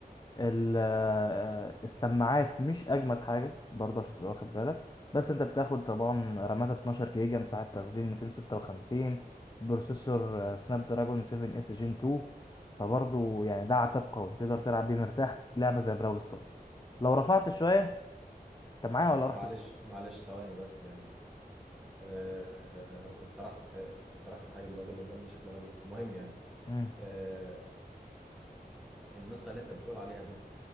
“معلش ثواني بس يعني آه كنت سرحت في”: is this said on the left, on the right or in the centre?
Centre